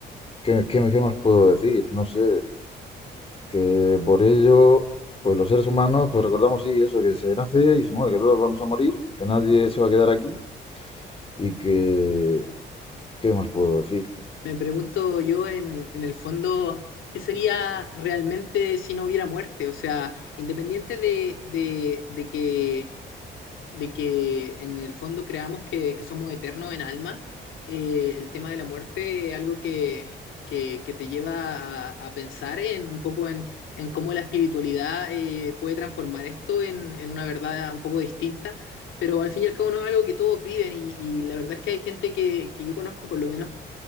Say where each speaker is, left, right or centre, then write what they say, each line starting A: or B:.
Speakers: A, on the left; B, on the left.
A: ¿qué, qué, qué más puedo decir? No sé, que por ello, pues los seres humanos, pues recordamos, sí, eso, que se nace y se muere, que todos vamos a morir, que nadie se va a quedar aquí y que... ¿Qué más puedo decir?
B: me pregunto yo en, en el fondo, ¿qué sería realmente si no hubiera muerte? O sea, independiente de, de, de que de que en el fondo creamos que, que somos eternos en alma, eh, el tema de la muerte es algo que, que, que te lleva a, a pensar en un poco en, en cómo la espiritualidad eh, puede transformar esto en, en una verdad un poco distinta. Pero al fin y al cabo no es algo que todos viven y, y la verdad es que hay gente que, que yo conozco por lo menos